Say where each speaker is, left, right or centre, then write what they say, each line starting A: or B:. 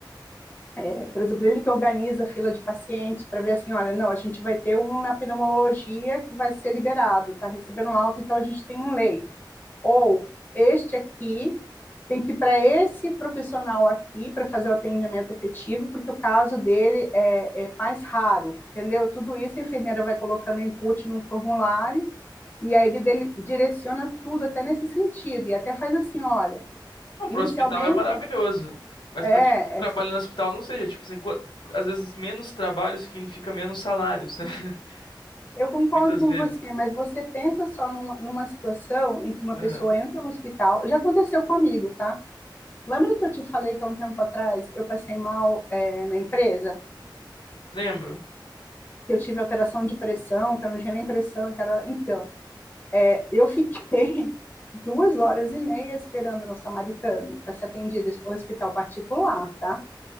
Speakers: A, on the left; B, on the left.
A: é, por exemplo, ele que organiza a fila de pacientes para ver assim, olha, não, a gente vai ter um na pneumologia que vai ser liberado, está recebendo alta, então a gente tem um leito. Ou este aqui tem que ir para esse profissional aqui para fazer o atendimento efetivo, porque o caso dele é, é, mais raro, entendeu? Tudo isso a enfermeira vai colocando input num formulário e aí ele dele, direciona tudo até nesse sentido e até faz assim, olha,
B: Não,
A: inicialmente
B: pro hospital é maravilhoso. Mas
A: é,
B: pra quem trabalha
A: é assim,
B: no hospital, não seja, tipo assim, qua- às vezes menos trabalho significa menos salário, sabe? <laughs>
A: eu concordo
B: Muitas
A: com
B: vezes.
A: você, mas você pensa só numa, numa situação em que uma
B: Aham.
A: pessoa entra no hospital, já aconteceu comigo, tá? Lembra que eu te falei que há um tempo atrás eu passei mal é, na empresa?
B: Lembro.
A: que eu tive alteração de pressão, que eu não tinha nem pressão, e cara, então, é, eu fiquei <laughs> duas horas e meia esperando no Samaritano para ser atendida no hospital particular, tá?